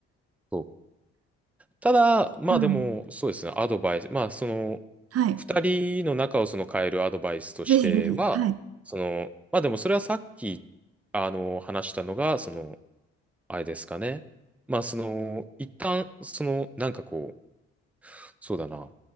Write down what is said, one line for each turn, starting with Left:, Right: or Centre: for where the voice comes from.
Centre: そうただ、まあでも、
Right: うん。
Centre: そうですね、アドバイス、まあその、
Right: はい。
Centre: 二人の仲をその変えるアドバイスとしては、
Right: ぜひぜひ。はい。
Centre: その、まあでもそれはさっき、あの、話したのが、その、あれですかね。まあその、一旦、その、なんかこう、そうだな、